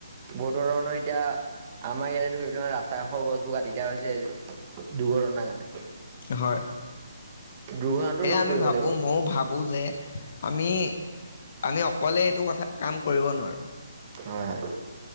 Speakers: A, on the right; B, on the left.
A: বহুতো ধৰণৰ এতিয়া আমাৰ ইয়াতে ধৰি লোৱা ৰাস্তা কাষৰ গছবোৰ কাটি দিয়া হৈছে দুৰ্ঘটনা কাৰণে।
B: হয়,
A: দুৰ্ঘটনাটো
B: সেয়া
A: ৰোধ
B: আমি
A: কৰিব
B: ভাবো
A: লাগিব
B: মইও ভাবো যে আমি আমি অকলে এইটো কথা কাম কৰিব নোৱাৰো।
A: হয়, হয়।